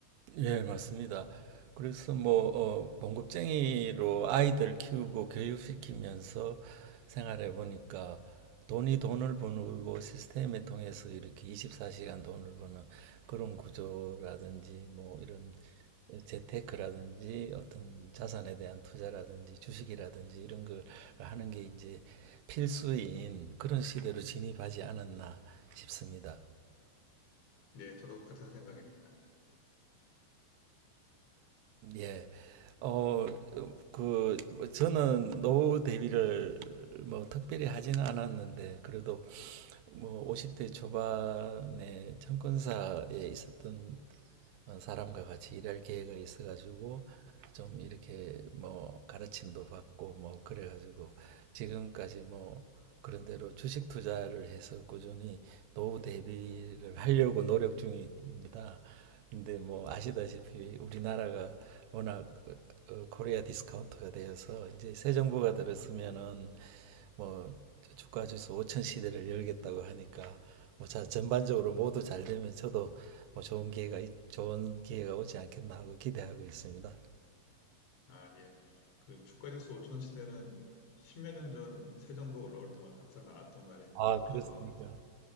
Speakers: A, on the right; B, on the left.
A: 예, 맞습니다. 그래서 뭐, 어, 봉급쟁이로 아이들 키우고 교육시키면서 생활해 보니까 돈이 돈을 버는 시스템에 통해서 이렇게 24시간 돈을 버는 그런 구조라든지 뭐 이런 어, 재테크라든지 어떤 자산에 대한 투자라든지 주식이라든지 이런 걸 하는 게 이제 필수인 그런 시대로 진입하지 않았나 싶습니다.
B: 네, 저도 같은 생각입니다.
A: 예. 어, 그, 뭐 저는 노후 대비를 뭐 특별히 하지는 않았는데, 그래도 뭐 50대 초반에 증권사에 있었던 어, 사람과 같이 일할 기회가 있어가지고 좀 이렇게 뭐 가르침도 받고 뭐 그래가지고 지금까지 뭐 그런 대로 주식 투자를 해서 꾸준히 노후 대비를 하려고 노력 중입니다. 근데 뭐 아시다시피 우리나라가 워낙 어, 어, 코리아 디스카운트가 되어서 이제 새 정부가 들었으면은 뭐 주가 지수 5천 시대를 열겠다고 하니까 뭐 자 전반적으로 모두 잘 되면 저도 뭐 좋은 기회가 있- 좋은 기회가 오지 않겠나 하고 기대하고 있습니다.
B: 아, 예. 그 주가지수 5천 시대는 십몇 년 전 새 정부 올라올 때마다 항상 나왔던 말인 것
A: 아,
B: 같아서
A: 그렇습니까?